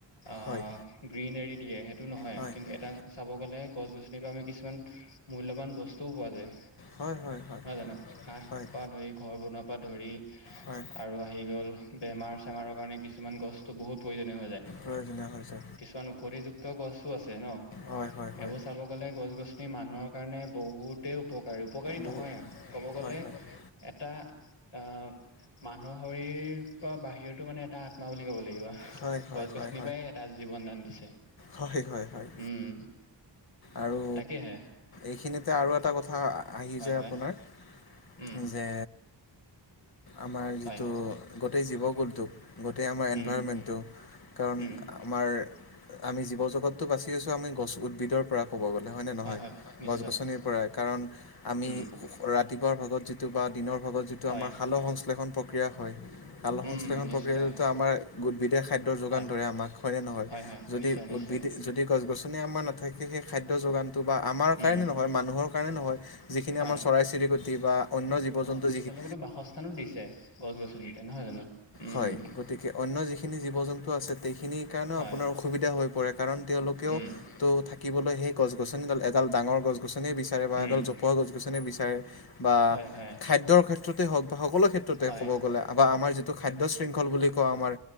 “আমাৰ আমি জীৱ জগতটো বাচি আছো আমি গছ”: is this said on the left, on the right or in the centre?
Left